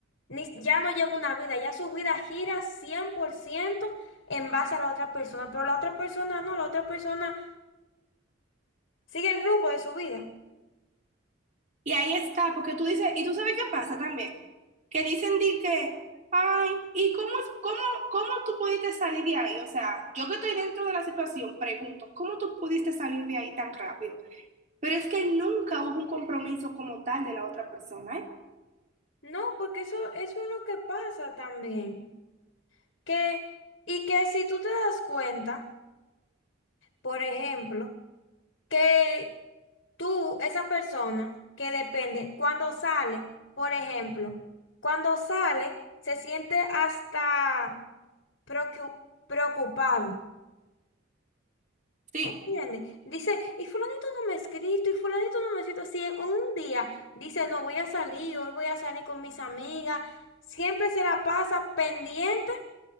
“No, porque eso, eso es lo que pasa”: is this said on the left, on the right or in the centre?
Left